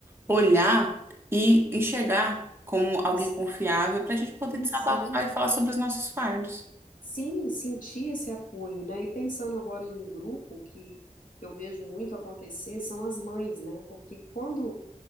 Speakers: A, on the right; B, on the left.
A: olhar e enxergar como alguém
B: Isso-
A: confiável para a gente poder
B: Exato.
A: desabafar e falar sobre os nossos fardos.
B: Sim, sentir esse apoio, né? E pensando agora em um grupo que eu vejo muito acontecer são as mães, né? Porque quando,